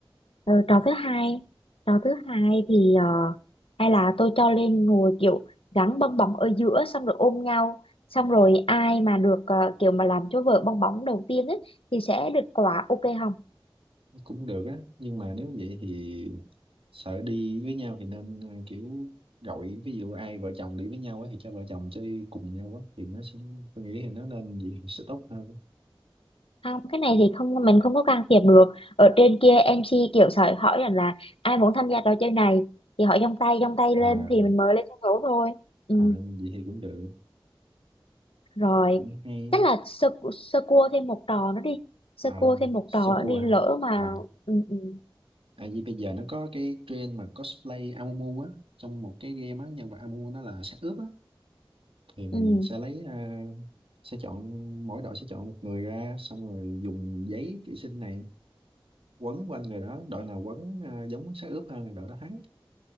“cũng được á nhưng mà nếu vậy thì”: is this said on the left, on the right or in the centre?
Right